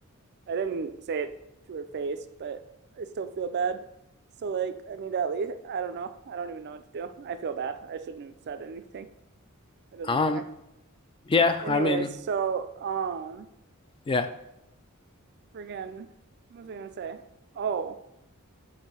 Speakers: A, on the right; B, on the left.
A: I didn't say it to her face, but I still feel bad. So like I need to at least I don't know. I don't even know what to do. I feel bad. I shouldn't have said anything. It doesn't
B: Um,
A: matter.
B: yeah,
A: Anyway,
B: I mean,
A: so um
B: yeah.
A: friggin' what was I gonna say? Oh,